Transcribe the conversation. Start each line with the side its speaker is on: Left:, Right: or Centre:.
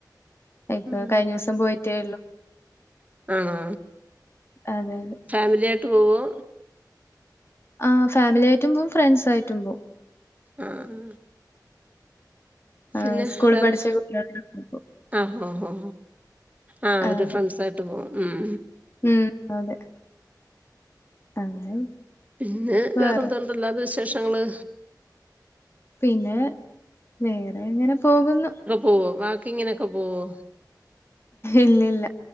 Left: ഇപ്പ
Right: ഉം
Left: കഴിഞ്ഞ ദിവസം പോയിട്ടേയുള്ളു
Right: ആണോ
Left: അതെ അതെ.
Right: ഫാമിലി ആയിട്ട് പോവോ
Left: ആഹ് ഫാമിലിയായിട്ടും പോവും ഫ്രണ്ട്സ് ആയിട്ടും പോവും
Right: ആഹ് പിന്നെ
Left: ആഹ് സ്കൂളിൽ
Right: വേറെ
Left: പഠിച്ച കുട്ടികളെ കൂടെ പോവും
Right: ആഹ് ഹോ ഹോ ആഹ് അവര്
Left: അതെ.
Right: ഫ്രണ്ട്സായിട്ട് പോവും ഉം
Left: ഉം അതെ അങ്ങനെ
Right: പിന്നെ വേറെന്തോണ്ട്
Left: വേറെ
Right: അല്ലാതെ വിശേഷങ്ങള്
Left: പിന്നെ വേറെ ഇങ്ങനെ പോകുന്നു
Right: ഓഹ് വാക്കി ങ്ങിനൊക്കെ പോകുവോ
Left: ഇല്ല ഇല്ല